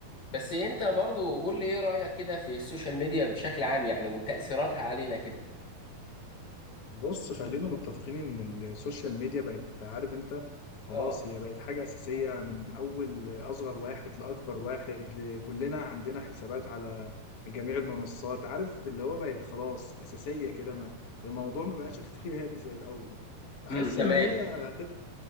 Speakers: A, on the left (about 30°); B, on the left (about 85°).
A: بس انت برضو قول لي ايه رأيك كده في السوشيال ميديا بشكل عام يعني وتأثيراتها علينا كده
B: بص خلينا متفقين ان السوشيال ميديا بقت عارف انت خلاص
A: اه
B: هي بقت حاجة أساسية من أول أصغر واحد لأكبر واحد كلنا عندنا حسابات على جميع المنصات عارف اللي هو بقت خلاص أساسية كده ما الموضوع ما بقاش <laughs> اختياري زي الأول بحس
A: امم تمام
B: إن هي هتبقى